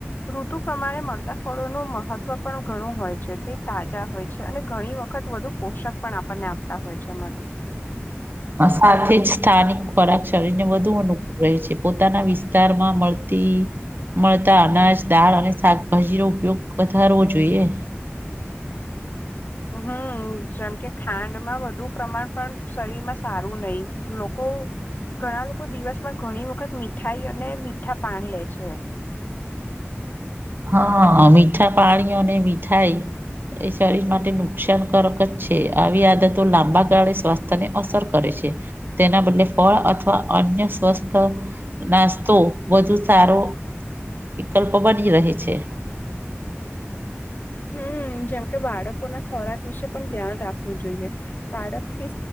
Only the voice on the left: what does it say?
ઋતુ પ્રમાણે મળતા ફળોનું મહત્વ પણ ઘણું હોય છે તે તાજા હોય છે અને ઘણી વખત ખત વધુ પોષક પણ આપણને આપતા હોય છે એમાંથી
હમ જેમ કે ખાંડમાં વધુ પ્રમાણ પણ શરીર માં સારું નહી લોકો ઘણા લોકો દિવસમાં ઘણી વખત મીઠાઈ અને મીઠા પાન લે છે.
હમ જેમકે બાળકો ના ખોરાક વિશે પણ ધ્યાન રાખવું જોઈએ બાળક થી